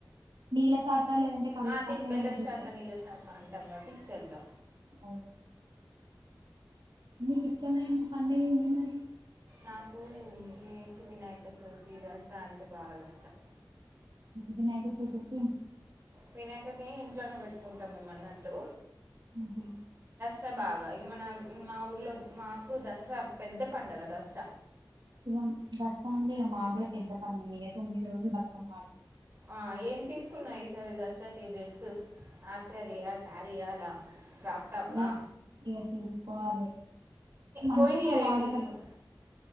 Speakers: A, on the right; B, on the right.
A: నీలకు ఇస్త లేదంటే కల్లు
B: ఆ
A: సాక
B: తీస్
A: ఏమనేదిస్తారా
B: బెల్లం శాఖ నీళ్ళ శాఖ అంటాం కదా తీసుకెళ్తాం
A: అ నీకు ఇష్టమనా పండగ ఏంటి మరి
B: నాకు ఏంటి వినాయక చవితి దసరా అంటే బాగా ఇష్టం
A: వినాయకుడు తో
B: వినాయకుడిని ఇంట్లోనే పెట్టుకుంటాం మేము అన్నట్టు
A: ఉ
B: దసరా బాగా ఇక మన మా ఊర్లో మాకు దసరా పెద్ద పండగ దసరా
A: ఇవ దసర మా కూడా పెద్ద పండగే తొమ్మిది రోజులు బతుకమ్మ ఆడుతాం
B: ఆ ఏం తీసుకున్నవు ఈసారి దసరాకి ఈ డ్రెస్ హాఫ్ సారీయా శారీయా అలా క్రాప్ టాపా
A: ఇగ ఇగ తీసుకోవాలి మండే
B: పోయిన
A: మా
B: ఇయర్
A: వాడకి
B: ఏం తీసుకున్నా